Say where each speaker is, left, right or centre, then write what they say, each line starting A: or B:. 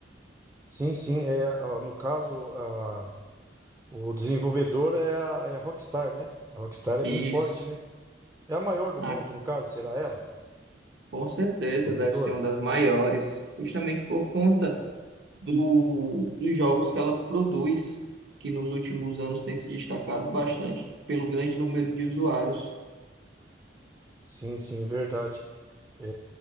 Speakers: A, on the right; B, on the right.
A: sim, sim. É, a- no caso, a, o desenvolvedor é a, é a Rockstar, né? A Rockstar é
B: Isso.
A: bem forte, né? É a maior do
B: Ah,
A: mundo, no caso, será ela,
B: com certeza
A: desenvolvedora?
B: deve ser uma das maiores, justamente por conta do, dos jogos que ela produz, que nos últimos anos tem se destacado bastante pelo grande número de usuários.
A: Sim, sim, é verdade. É,